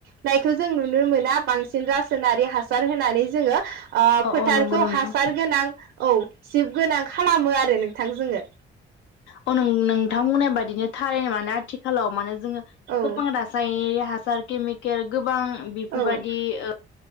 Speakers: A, on the right; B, on the left.
A: नायखौ जों नुनो मोना बांसिन रासायनारि हासार होनानै जोङो ओ
B: औ
A: फोथारखौ
B: औ नंगौ नोंथां
A: हासार गोनां औ सिब गोनां खालामो आरो नोंथां जोङो।
B: अ नों-नोंथां बुंनाय बायदिनो थारैनो माने आथिखालाव माने ङो
A: औ
B: गोबां रासाय जार केमिकेल गोबां बेफोरबादि
A: औ
B: ओ